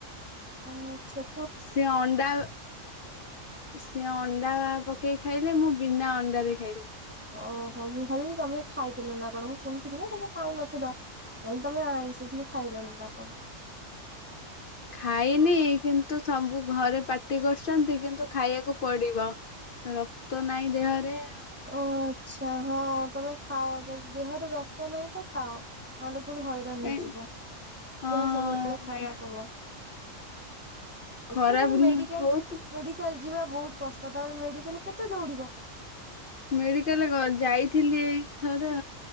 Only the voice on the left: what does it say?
ସେ ଅଣ୍ଡା ସିଏ ଅଣ୍ଡା ପକେଇ ଖାଇଲେ ମୁଁ ବିନା ଅଣ୍ଡାରେ ଖାଇଲି।
ଖାଇନି କିନ୍ତୁ ସବୁ ଘରେ ପାର୍ଟି କରୁଛନ୍ତି କିନ୍ତୁ ଖାଇବାକୁ ପଡିବ। ରକ୍ତ ନାହିଁ ଦେହରେ ଅ
କାଇଁ
ହଁ
ମେ
ଖରାପ
ନୁ
ହଉଛି
ମେଡିକାଲ ଗ ଯାଇଥିଲି ଏଥର।